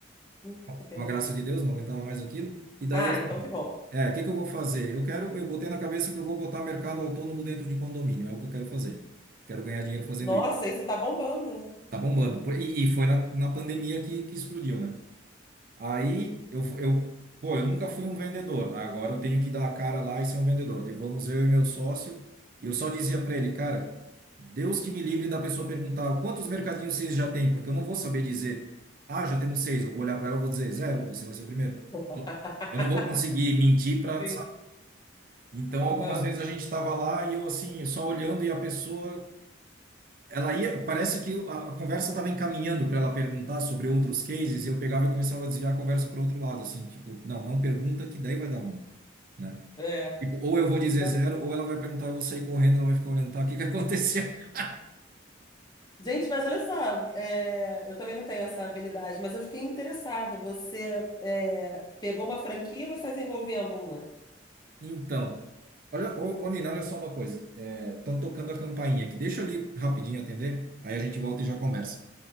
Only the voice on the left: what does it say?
Hum,
Que pena.
Ah, então que bom.
Nossa,
isso tá bombando, né?
Hum.
<laughs>
Sim.
Aham.
É.
Não.
Gente, mas olha só, é, eu também não tenho essa habilidade, mas eu fiquei interessada. Você é, pegou uma franquia ou você está desenvolvendo uma?